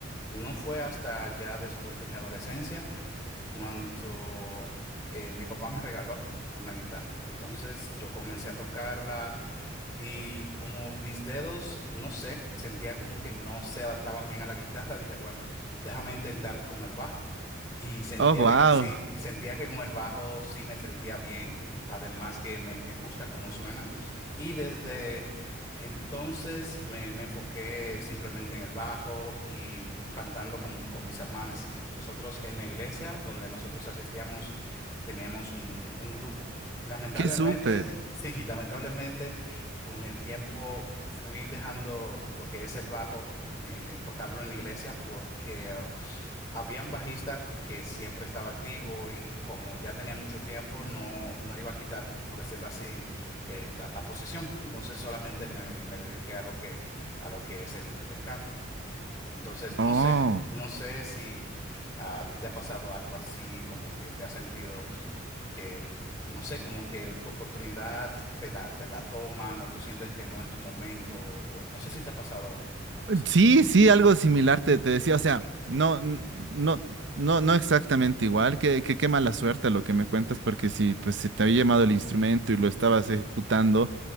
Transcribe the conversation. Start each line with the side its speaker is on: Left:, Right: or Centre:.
Left: No fue hasta ya después de mi adolescencia cuando eh, mi papá me regaló una guitarra. Entonces yo comencé a tocarla y como mis dedos, no sé, sentía como que no se adaptaban bien a la guitarra, dije, bueno, déjame intentar con el bajo. Y sentía
Right: Oh, wow,
Left: que sí, sentía que con el bajo sí me sentía bien, además que me, me gusta cómo suena. Y desde entonces me, me enfoqué simplemente en el bajo y cantando con, con mis hermanas. Nosotros en la iglesia donde nosotros asistíamos, teníamos un, un grupo. Lamentablemente,
Right: qué súper.
Left: <laughs> sí, lamentablemente, con el tiempo fui dejando lo que es el bajo, eh, tocarlo en la iglesia porque um, había un bajista que siempre estaba activo y como ya tenía mucho tiempo, no, no le iba a quitar, por decirlo así, eh, la, la posición. Entonces solamente me, me dediqué a lo que, a lo que es el, el canto. Entonces, no
Right: Oh.
Left: sé, no sé si a ti te ha pasado algo así, como que te has sentido que, no sé, como que el- tu oportunidad te la, te la toman o tú sientes que no es tu momento o no sé si te ha pasado algo así.
Right: Sí, sí, algo similar te, te decía, o sea, no, n- no, no, no exactamente igual, que, que qué mala suerte lo que me cuentas, porque si pues si te había llamado el instrumento y lo estabas ejecutando,